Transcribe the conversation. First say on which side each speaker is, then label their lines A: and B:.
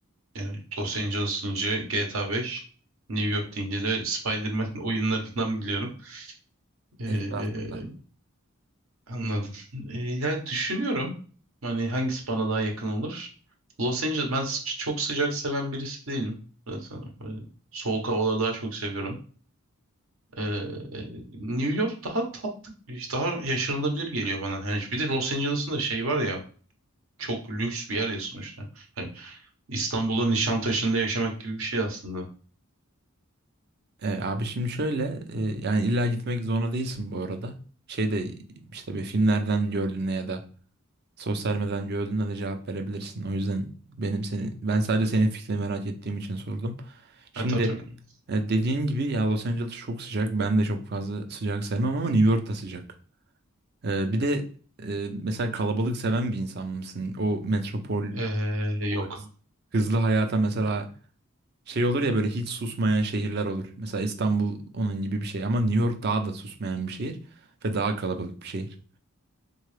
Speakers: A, on the right (about 70°); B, on the right (about 50°).
A: yani Los Angeles deyince GTA 5, New York deyince de Spider-Man <laughs> oyunlarından biliyorum. Ee,
B: Estağfurullah.
A: Anladım. Ee, ya düşünüyorum hani hangisi bana daha yakın olur. Los Angeles ben s- çok sıcak seven birisi değilim. Zaten böyle soğuk havaları daha çok seviyorum. Ee, New York daha tatlı, işte daha yaşanılabilir geliyor bana. Yani bir de Los Angeles'ın da şey var ya çok lüks bir yer ya sonuçta. Yani İstanbul'da Nişantaşı'nda yaşamak gibi bir şey aslında.
B: E, abi şimdi şöyle e, yani illa gitmek zorunda değilsin bu arada. Şey de işte bir filmlerden gördüğünde ya da sosyal medyadan gördüğünde de cevap verebilirsin. O yüzden benim seni ben sadece senin fikrini merak ettiğim için sordum. Şimdi
A: Ha, tabii, tabii.
B: e, dediğin gibi ya Los Angeles çok sıcak. Ben de çok fazla sıcak sevmem ama New York da sıcak. E, bir de e, mesela kalabalık seven bir insan mısın? O metropol
A: Ee,
B: o
A: yok.
B: hız- hızlı hayata mesela şey olur ya böyle hiç susmayan şehirler olur. Mesela İstanbul onun gibi bir şey ama New York daha da susmayan bir şehir ve daha kalabalık bir şehir.